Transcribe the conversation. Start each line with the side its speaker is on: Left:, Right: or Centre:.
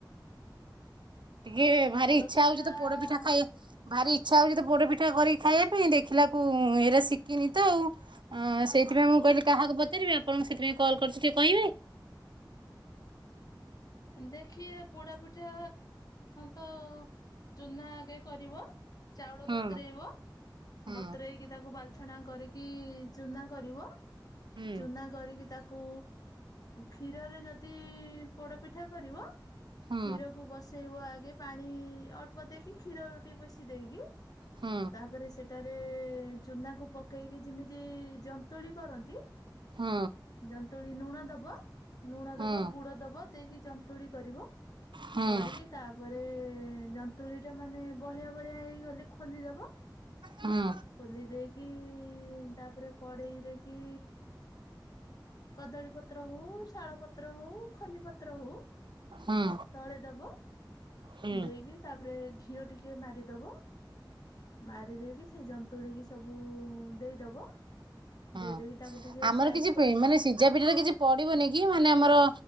Right: ଟିକେ ଭାରି
Left: ପୋଡ
Right: ଇଚ୍ଛା
Left: ପିଠା
Right: ହଉଚି ତ ପୋଡପିଠା ଖାଇଆ ଭାରି ଇଚ୍ଛା ହଉଚି ତ ପୋଡ଼ପିଠା କରିକି ଖାଇଆ ପାଇଁ, ଦେଖିଲାକୁ ଏଇରା ଶିକିନି ତ ଆଉ। ଅଁ ସେଇଥିପାଇଁ ମୁଁ କହିଲି କାହାକୁ ପଚାରିବି ଆପଣଙ୍କୁ ସେଥିପାଇଁ କଲ୍ କରିଛି ଟିକେ କହିବେ
Left: ଦେଖିଆ ପୋଡା ପିଠା ତ ଚୁନା ଆଗେ କରିବ ଚାଉଳ
Right: ହୁଁ
Left: ବତୁରେଇବ
Right: ହୁଁ
Left: ବତୁରେଇକି ତାକୁ ବାଲିଛଣା କରିକି କି ଚୁନା କରିବ
Right: ହୁଁ
Left: ଚୁନା କରିକି ତାକୁ କ୍ଷୀରରେ ଯଦି ପୋଡ଼ପିଠା କରିବ
Right: ହୁଁ
Left: କ୍ଷୀରକୁ ବସେଇବ ଆଗେ ପାଣି ଅଳ୍ପ ଦେଇକି କ୍ଷୀର ଟିକେ ବେଶି ଦେଇକି
Right: ହୁଁ
Left: ତାପରେ ସେଟାରେ ଚୁନାକୁ ପକେଇକି ଯେମିତି ଯନ୍ତଣି କରନ୍ତି
Right: ହୁଁ
Left: ଜନ୍ତୁଳି ନୁଣ ଦବ ନୁଣ
Right: ହୁଁ।
Left: ଦବ ଗୁଡ ଦବ ଦେଇକି ଯନ୍ତୁଳି କରିବ
Right: ହୁଁ
Left: କରିକି ତାପରେ ଜନ୍ତୁଳି ମାନେ ବହଳିଆ ବହଳିଆ ହେଇଗଲେ ଖୋଲିଦେବ
Right: ହୁଁ।
Left: ଖୋଲି ଦେଇକି ତାପରେ କଡେଇରେକି କଦଳୀ ପତ୍ର ହଉ ଶାଳ ପତ୍ର ହଉ ଖଲି ପ ତ୍ର ହୋଉ
Right: ହୁଁ।
Left: ତଳେ ଦବ
Right: ହୁଁ
Left: ଦେଇକି ତାପରେ ଘିଅ ଟିକେ ମାରିଦବ ମାରି ଦେଇକି ସେ ଜନ୍ତୁଳିକି ସବୁ ଦେଇଦବ
Right: ହୁଁ
Left: ଦେଇ ଦେଇକି ତାକୁ ଟିକେ
Right: ଆମର
Left: ସାଇଜ
Right: କିଛି
Left: କରିଦ
Right: ପେ ମାନେ ସିଝା ପିିଠାର କିଛି ପଡିବନି କି ମାନେ ଆମର